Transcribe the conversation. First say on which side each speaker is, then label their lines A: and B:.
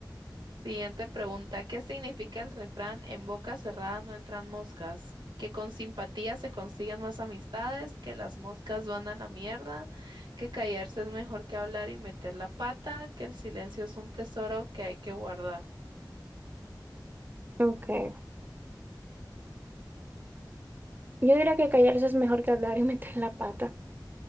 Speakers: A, on the right; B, on the right.
A: Siguiente pregunta. ¿Qué significa el refrán en boca cerrada no entran moscas? Que con simpatía se consiguen más amistades, que las moscas van a la mierda, que callarse es mejor que hablar y meter la pata, que el silencio es un tesoro que hay que guardar.
B: <laughs> Ok. Yo diría que callarse es mejor que hablar y <laughs> meter la pata.